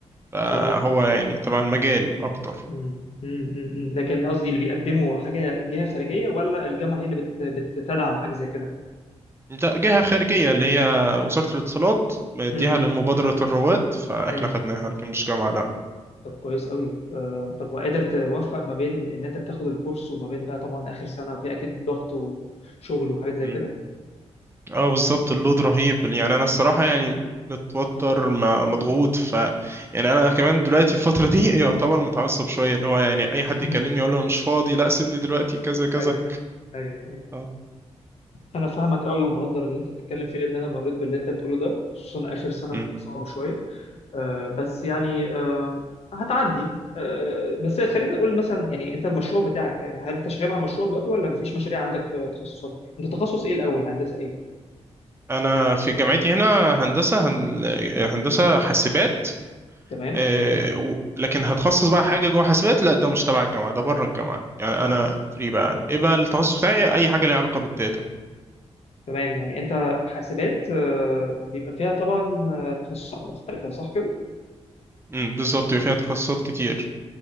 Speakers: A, on the right; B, on the left.
A: فهو
B: حلو قوي
A: يعني تبع المجال اكتر
B: مم. مم. مم. لكن قصدي اللي بيقدموا حاجه جهه خارجيه ولا الجامعه هي اللي بت... بتدعم حاجه زي كده
A: ده جهة خارجية اللي هي وزارة الاتصالات مديها
B: مم.
A: للمبادرة الرواد فاحنا
B: مم.
A: خدناها لكن مش جامعة لا
B: طب كويس قوي آه طب وقادر توفق ما بين ان انت بتاخد الكورس وما بين بقى طبعا اخر سنه وفي اكيد ضغط وشغل وحاجات زي
A: مم.
B: كده
A: اه بالظبط اللود رهيب يعني انا الصراحه يعني متوتر م- مضغوط ف يعني انا كمان دلوقتي في الفتره <laughs> دي يعتبر متعصب شويه اللي هو يعني اي
B: <laughs>
A: حد يكلمني اقول له أنا مش فاضي لا سيبني دلوقتي كذا كذا
B: ايوه ايوه ايوه
A: اه
B: انا فاهمك قوي ومقدر اللي انت بتتكلم فيه لان انا مريت باللي انت بتقوله ده خصوصا اخر سنه
A: مم.
B: بتبقى صعبه شويه آه، بس يعني آه، هتعدي آه، بس خلينا
A: مم.
B: نقول مثلا يعني انت المشروع بتاعك آه، هل انت شغال على مشروع دلوقتي ولا مفيش مشاريع عندك في تخصصات انت تخصص ايه الاول هندسة ايه
A: انا في جامعتي هنا هندسه هن... هندسه حاسبات
B: تمام
A: آه، و... لكن هتخصص بقى حاجه جوه حاسبات لا ده مش تبع الجامعه ده بره الجامعه يعني انا فري بقى
B: مم.
A: ايه بقى التخصص بتاعي اي حاجه ليها علاقه بالداتا
B: تمام يعني انت حاسبات آه، بيبقى فيها طبعا آه، تخصصات مختلفة صح كده
A: مم، بالظبط يبقى فيها تخصصات كتير